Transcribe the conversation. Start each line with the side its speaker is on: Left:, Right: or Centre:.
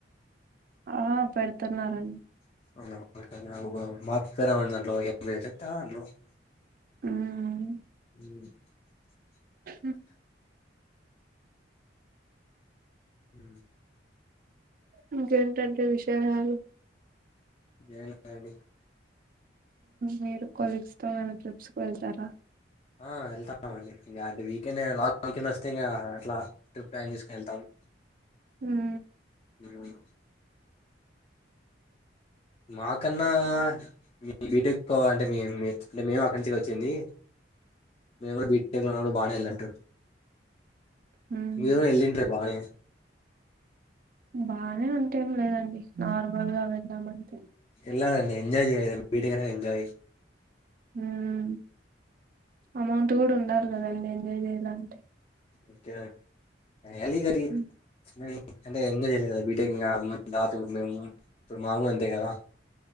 Right: ఆ పెడుతున్నారండి
Left: అవున <inaudible>
Right: ఉమ్
Left: హ
Right: హ
Left: అ
Right: ఇంకేంటండి విషయాలు
Left: ఏం లేదండి
Right: మీరు కొలీగ్స్ తో మన ట్రిప్స్కు వెళ్తారా
Left: ఆ వెళ్తాన్నామండి అంటే వీకెండ్ లాంగ్ వీకెండ్ వస్తే ఇంకా అట్లా ట్రిప్ ప్లాన్ చేసుకుని వెళ్తాము
Right: హ్మ్
Left: హ మాకన్నా మీ బీటెక్ ఎక్కువ అంటే మ అంటే మేము అక్కడి నుంచి వచ్చింది మేము కూడా బీటెక్ లో ఉన్నపుడు బాగానే వెళ్ళం
Right: హ్మ్
Left: మీరు ఎళ్ళంటరూ బాగానే
Right: బానే అంటే ఏం లేదండి నార్మల్ గా వెళ్దామంటే
Left: వెళ్ళాలీఅండి ఎంజాయ్ చేయాలి బీటెక్ అనేది ఎంజాయ్
Right: ఉమ్ అమౌంట్ కూడా ఉండాలి కదండి ఎంజాయ్ చేయాల అంటే
Left: ఓకే ఎళ గరి
Right: హ్మ్
Left: మ అంటే ఎంజాయ్ చేయాలి బీటెక్ <inaudible> దాతకు ఏమో ఇప్పుడు మాకు అంతే కదా